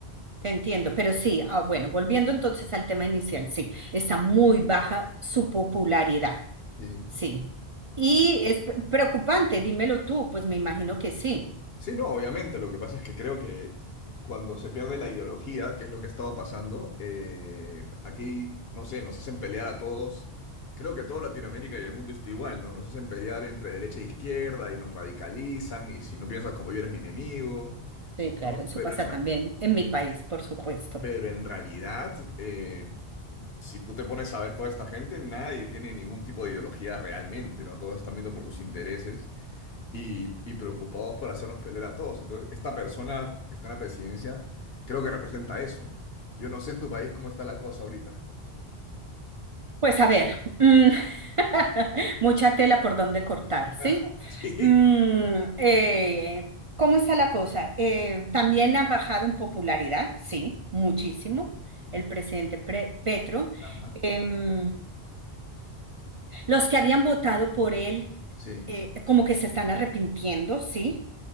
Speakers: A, on the right; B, on the left.
A: te entiendo. Pero sí, ah, bueno, volviendo entonces al tema inicial, sí, está muy baja su popularidad,
B: Sí.
A: sí. Y es p- preocupante, dímelo tú, pues me imagino que sí.
B: Sí, no, obviamente. Lo que pasa es que creo que cuando se pierde la ideología, que es lo que ha estado pasando, eh, aquí, no sé, nos hacen pelear a todos. Creo que toda Latinoamérica y el mundo está igual, ¿no? Nos hacen pelear entre derecha e izquierda y nos radicalizan y si no piensas como yo eres mi enemigo,
A: Sí, claro,
B: ¿no?
A: eso
B: Pero
A: pasa
B: en,
A: también en mi país, por supuesto.
B: pero en realidad, eh, si tú te pones a ver toda esta gente, nadie tiene ningún tipo de ideología realmente, ¿no? Todos están viendo por sus intereses y, y preocupados por hacernos pelear a todos. Entonces, esta persona que está en la presidencia creo que representa eso. Yo no sé en tu país cómo está la cosa ahorita.
A: Pues a ver, mm, <laughs> mucha tela por donde cortar, ¿sí?
B: <laughs> Sí.
A: Mm, eh, ¿cómo está la cosa? Eh, también ha bajado en popularidad, sí, muchísimo, el presidente Pre- Petro.
B: Ajá.
A: Em, los que habían votado por él,
B: Sí.
A: eh, como que se están arrepintiendo, ¿sí?